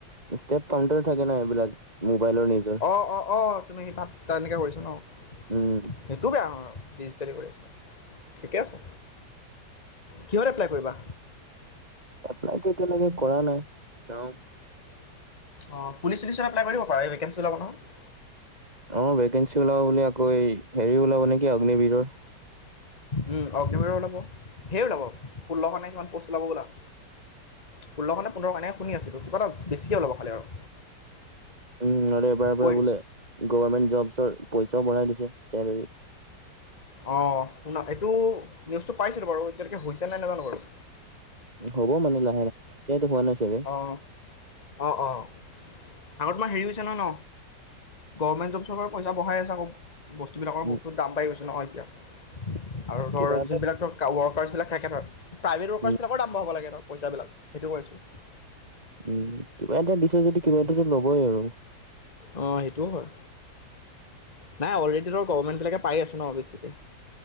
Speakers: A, on the right; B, on the left.
A: ষ্টেপ কউণ্টাৰো থাকে ন এইবিলাক মোবাইলৰ নিউজ
B: অঁ অঁ অঁ, তুমি সি তাত তেনেকৈ কৰিছা ন'?
A: উম
B: সেইটো বেয়া নহয় আৰু ডিজিটেলি কৰি আছা ঠিকে আছে। কিহত এপ্লাই কৰিবা?
A: এপ্লাইটো এতিয়ালকে কৰা নাই, চাও।
B: অঁ পুলিচ চুলিচত এপলাই কৰিব পাৰে এই ভেকেঞ্চি ওলাব নহয়।
A: অঁ ভেকেঞ্চি ওলাব বুলি আকৌ হেৰি ওলাব নেকি অগ্নিবিৰৰ।
B: উম অগ্নিবিৰৰ ওলাব, ধেৰ ওলাব ষোল্লশ নে কিমান প'ষ্ট ওলাব হ। ষোল্লশনে পোন্ধৰশ এনেহে শুনি আছিলো, কিবা এটা বেছিকে ওলাব খালি আৰু।
A: উম আৰু এইবাৰৰ
B: কৈ
A: পৰা বোলে গভৰ্মেণ্ট জবছৰ পইচাও বঢ়াই দিছে চেলাৰী।
B: অঁ শুনা এইটো নিউজটো পাইছিলো বাৰু এতিয়ালৈকে হৈছে নাই নেজানো বাৰু।
A: হ'ব মানে লাহে লাহে, এতিয়াইটো হোৱা নাই চাগে।
B: অঁ অঁ অঁ, আগত তোমাৰ হেৰি হৈছে নহয় ন। গভৰ্ণমেণ্ট জব চৰ পৰা পইচা বঢ়াই আছে আকৌ, বস্তুবিলাকৰ
A: উম
B: বস্তুৰ দাম বাঢ়ি গৈছে নহয় এতিয়া। আৰু ধৰ
A: কিবা এটা
B: যোনবিলাক কাউ ৱৰ্কাৰ্ছবিলাক থাকে ধৰ, প্ৰাইভেট ৱৰ্কাৰছ
A: উম
B: বিলাকৰ দাম বঢ়াব লাগে ধৰক পইচাবিলাক সেইটো কৈছো।
A: উম, কিবা এটা দিছে যদি কিবা এটা ল'বই আৰু।
B: অঁ সেইটোও হয়, নাই অলৰেডি ধৰ গভণমেণ্টবিলাকে পাই আছে ন বেছিকে।